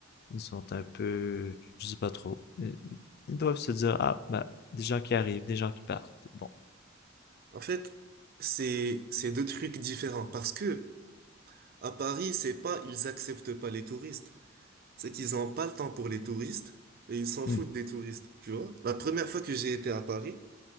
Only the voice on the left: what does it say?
ils sont un peu, je sais pas trop. Ils doivent se dire, ah, bah, des gens qui arrivent, des gens qui partent. Bon.
Hmm.